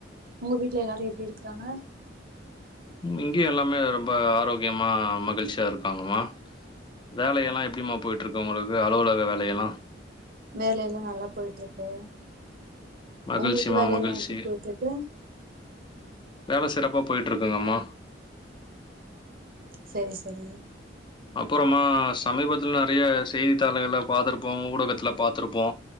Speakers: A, on the right; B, on the left.
A: ஒங்க வீட்ல எல்லாரு எப்டி இருக்குறாங்க
B: இங்கயு எல்லாமே ரொம்ப ஆரோக்யமா மகிழ்ச்சியா இருக்காங்கமா வேலையெலா எப்டிமா போய்ட்ருக்கு உங்களுக்கு அலுவலக வேலையெலா
A: வேலையெல்லா நல்லா போய்ருக்கு
B: மகிழ்ச்சிமா
A: ஒங்களுக்கு வேலை
B: மகிழ்ச்சி
A: எல்லா எப்டி போய்ட்ருக்கு
B: வேல சிறப்பா போய்ட்ருக்குங்கம்மா
A: செரி செரீ
B: அப்புறமா சமீபத்ல நெறையா செய்தித்தாளுகள்ல பாத்துருப்போ ஊடகத்துல பாத்துருப்போ